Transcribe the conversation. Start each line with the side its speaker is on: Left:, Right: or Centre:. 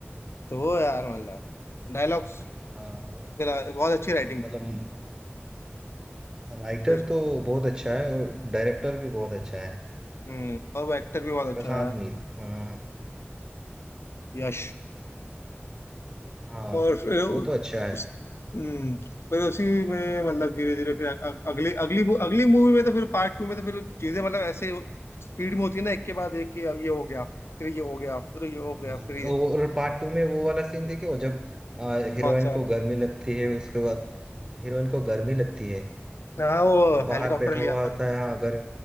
Left: तो वो यार मतलब डायलॉग्स
Right: हाँ वो
Left: बहुत अच्छी राइटिंग
Right: मतलब
Left: थी
Right: राइटर
Left: फिर
Right: तो बहुत अच्छा है और डायरेक्टर भी बहुत अच्छा है
Left: हम्म और वो एक्टर भी बहुत अच्छा
Right: प्रशांत
Left: था यार
Right: नील हाँ
Left: यश
Right: हाँ
Left: और फिर उ-
Right: वो तो अच्छा है
Left: उस हम्म, फिर उसी में मतलब धीरे धीरे फिर अ- अगली अगली मू- अगली मूवी में तो फिर पार्ट टू में तो फिर चीजें मतलब ऐसे स्पीड में होती है ना एक के बाद एक कि अब ये हो गया फिर ये हो गया फिर ये हो
Right: हाँ,
Left: गया फिर ये
Right: और पार्ट टू में वो वाला सीन
Left: हम्म,
Right: देखे वो जब हीरोइन
Left: कौन सा वाला
Right: को गर्मी लगती है उसके बाद हीरोइन को गर्मी लगती है
Left: हाँ वो
Right: वो बाहर
Left: हेलीकॉप्टर
Right: बैठा हुआ
Left: ले आता
Right: होता है हाँ घर